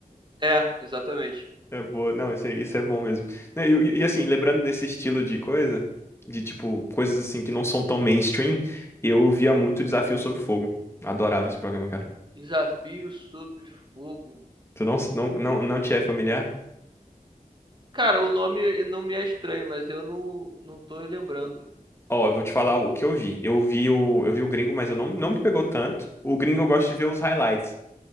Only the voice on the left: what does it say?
É boa. Não, isso é, isso é bom mesmo. Né, E, e- e assim, lembrando desse estilo de coisa, de tipo, coisas assim que não são tão mainstream, eu via muito Desafio sobre Fogo. Adorava esse programa, cara.
Tu não, não, não, não te é familiar?
Ó, eu vou te falar o que eu vi. Eu vi o, eu vi o gringo, mas eu não, não me pegou tanto. O gringo eu gosto de ver os highlights.